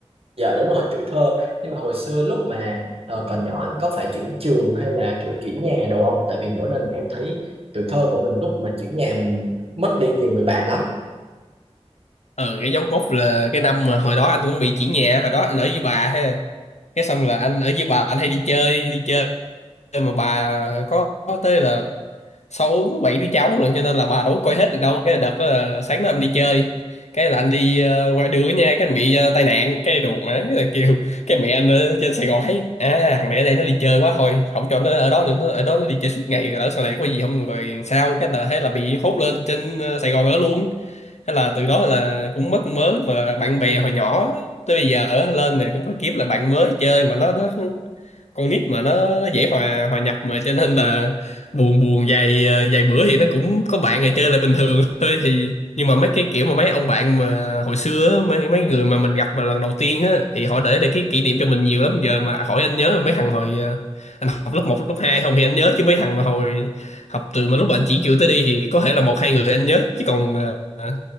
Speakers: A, on the right (about 60°); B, on the left (about 85°).
A: Dạ đúng rồi tuổi thơ nhưng mà hồi xưa lúc mà ờ, còn nhỏ anh có phải chuyển trường hay là kiểu chuyển nhà đồ không? Tại vì mỗi lần em thấy tuổi thơ của mình lúc mà chuyển nhà mình mất đi nhiều người bạn lắm
B: <laughs> ờ cái dấu mốc là cái năm mà hồi đó anh cũng bị chuyển nhà hồi đó anh ở với bà ha cái xong là anh ở với bà anh hay đi chơi đi chơi mà bà có, có tới là sáu bảy đứa cháu lận cho nên là bà đâu có coi hết được đâu cái đợt đó là sáng đó em đi chơi cái là anh đi ờ, ngoài đường nha cái anh bị ờ, tai nạn cái đù má là kêu cái mẹ anh ở trên Sài Gòn thấy à thằng này ở đây nó đi chơi quá thôi không cho nó ở đó nữa nó ở đó nó đi chơi suốt ngày lỡ sau này có gì không rồi sao cái là thế là bị hốt lên trên ờ, Sài Gòn ở luôn thế là từ đó là cũng mất mớ mà bạn bè hồi nhỏ tới bây giờ ở lên này cũng phải kiếm lại bạn mới chơi mà nó nó con nít mà nó nó dễ hòa hòa nhập mà cho nên là buồn buồn vài ờ, vài bữa thì nó cũng có bạn rồi chơi lại bình thường <laughs> thôi thì nhưng mà mấy cái kiểu mà mấy ông bạn mà hồi xưa á, mấy mấy người mà mình gặp mà lần đầu tiên á thì họ để lại cái kỷ niệm cho mình nhiều lắm giờ mà hỏi anh nhớ mấy thằng hồi ờ, anh học lớp một lớp 2 không thì anh nhớ chứ mấy thằng mà hồi học từ mà lúc anh chỉ trường tới đi thì có thể là một hai người anh nhớ chứ còn ờ,